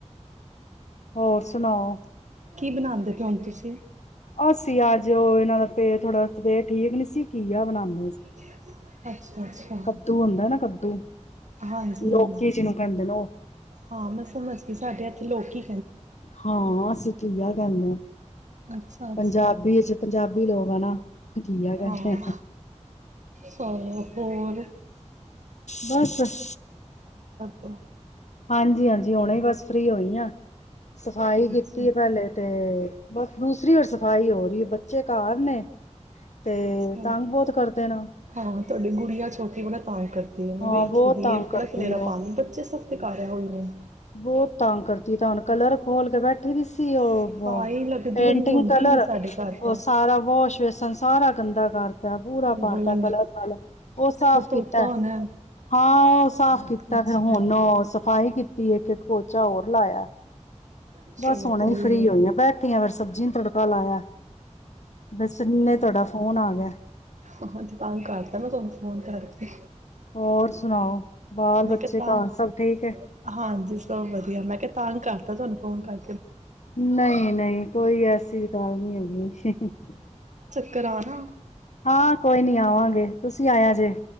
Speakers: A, on the left (about 70°); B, on the right (about 80°).
A: ਹੋਰ ਸੁਣਾਓ।
B: ਕੀ ਬਣਾਉਂਦੇ ਪਏ ਹੁਣ ਤੁਸੀਂ
A: ਅਸੀਂ ਅੱਜ ਉਹ ਇਹਨਾਂ ਦਾ ਪੇਟ ਥੋੜਾ ਜਿਹਾ ਠੀਕ ਨੀ ਸੀ ਘੀਆ ਬਣਾਦੇ।
B: <inaudible> ਅੱਛਾ ਅੱਛਾ
A: ਕੱਦੂ ਹੁੰਦਾ ਨਾ ਕੱਦੂ
B: ਹਾਂਜੀ
A: ਲੋਕੀ
B: ਹਾਂਜੀ
A: ਜਿਹਨੂੰ ਕਹਿੰਦੇ ਨੇ ਉਹ
B: ਹਾਂ ਮੈਂ ਸਮਝ ਗੀ ਸਾਡੇੱ ਅਏਥ ਲੋਕੀ।
A: ਹਾਂ ਅਸੀਂ ਘੀਆ ਹੈਲੋ
B: ਅੱਛਾ ਅੱਛਾ
A: ਪੰਜਾਬੀ ਚ ਪੰਜਾਬੀ ਲੋਕ ਘੀਆ ਕਹਿੰਦੇ
B: ਹਾਂ ਚਲੋ ਹੋਰ
A: ਬਸ।
B: ਤੇ
A: ਹਾਂਜੀ ਹਾਂਜੀ ਆਉਣਾ ਹੀ ਬਸ। ਫ੍ਰੀ ਹੋਈਆਂ ਸਫ਼ਾਈ ਕੀਤੀ
B: ਅੱਛਾ
A: ਪਲੇ ਤੇ। ਬਸ ਦੂਸਰੀ ਵਾਰੀ ਸਫ਼ਾਈ ਹੋ ਰਹੀ ਹੈ ਬੱਚੇ ਘਰ ਨੇ। ਤੇ
B: ਅੱਛਾ
A: ਤੰਗ ਬਹੁਤ ਕਰਦੇ ਨੇ।
B: ਹਾਂ ਤੁਹਾਡੀ ਗੁੜਿਆ ਛੋਟੀ ਬੜਾ ਤਾਂਗ- ਕਰਦੀ ਮੈਂ
A: ਹਾਂ
B: ਵੇਖੀ
A: ਬਹੁਤ
B: ਦੀ
A: ਤੰਗ ਕਰਦੀ
B: ਬੜਾ ਖਿਲੇਰਾ
A: ਉਹ
B: ਪਾਂਦੀ ਬੱਚੇ ਸਬ ਦੇ ਤੇ ਕਾਰਾ ਓਹੀ ਨੇ
A: ਬਹੁਤ ਤੰਗ ਕਰਦੀ ਤਾਂ ਹੁਣ ਕਲਰ ਖੋਲ ਕੇ ਬੈਠੀ ਹੋ ਸੀ ਉਹ
B: ਸਫਾਈ ਲੱਗਦੀ
A: ਪੇਂਟਿੰਗ
B: ਹੋਈ ਹੁੰਦੀ
A: ਕਲਰ
B: ਨਹੀਂ ਸਾਡੇ ਘਰ
A: ਉਹ
B: ਤਾਂ
A: ਸਾਰਾ ਵਾਸ਼ ਵੇਸਨ ਸਾਰਾ ਸਾਰਾ ਗੰਦਾ ਕਾਰ ਤਾ ਪੂਰਾ ਕਰਤਾ
B: ਹੋਏ
A: ਕਲਰ ਕਾਲਾ ਉਹ ਸਾਰਾ
B: ਫਿਰ
A: ਸਾਫ਼
B: ਧੋਤਾ
A: ਕੀਤਾ ਹੈ
B: ਹੋਣਾ
A: ਹਾ ਉ ਸਾਫ਼ ਕੀਤਾ
B: ਅੱਛਾ
A: ਫਿਰ ਹੁਣ ਸਫ਼ਾਈ ਕੀਤੀ। ਇੱਕ ਪੋਚਾ ਹੋਰ ਲਾਇਆ
B: ਚਲੋ
A: ਬਸ ਹੁਣੇ
B: ਕੋਈ
A: ਫ੍ਰੀ
B: ਨਹੀਂ
A: ਹੋਇ ਹੈ ਬੈਠੀ ਫਿਰ ਸਬਜ਼ੀਆਂ ਨੂੰ ਤੜਕਾ ਲਾਇਆ ਬਸ ਇਨੇ ਤੁਹਾਡਾ ਫੋਨ ਆ ਗਿਆ
B: ਹਹ ਤੇ ਤਾਂ ਕਰਤਾ ਮੈਂ ਤੁਹਾਨੂੰ ਫੋਨ ਕਰਕੇ
A: ਹੋਰ ਸੁਣਾਓ ਬਾਲ
B: ਮੈਂ
A: ਬੱਚੇ
B: ਕਿਹਾ ਤਾਂ
A: ਘਰ ਸਭ ਠੀਕ ਹੈ
B: ਹਾਂਜੀ ਸਭ ਵਧੀਆ ਮੈਂ ਕਿਹਾ ਤੰਗ ਕਰਤਾ ਤੁਹਾਨੂੰ ਫੋਨ ਕਰ
A: ਨਹੀਂ ਨਹੀਂ ਕੋਈ ਐਸਾ <unintelligible> <inaudible>
B: ਕਰਾਉਣਾ
A: ਹਾਂ ਕੋਈ ਨੀ ਆਵਾਂਗੇ ਤੁਸੀਂ ਆਇਆ ਜੇ